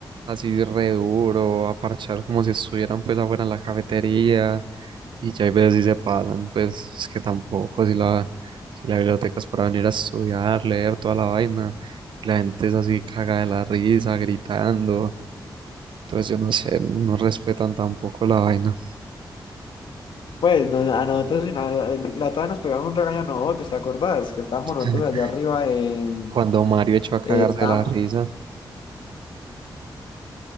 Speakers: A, on the right (about 80°); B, on the left (about 80°).
A: así re duro, a parchar como si estuvieran pues afuera en la cafetería, y ya hay veces sí se pasan, pues es que tampoco, si la, si la biblioteca es para venir a estudiar, leer toda la vaina, y la gente es así caga de la risa, gritando, entonces yo no sé, no respetan tampoco la vaina.
B: Pues, no, a nosotros, en la la otra nos pegaban un regaño a nosotros, ¿te acordás? Que estábamos nosotros
A: <laughs>
B: allá arriba en...
A: Cuando Mario echó a cagarse
B: Eh, estábamos-
A: de la risa.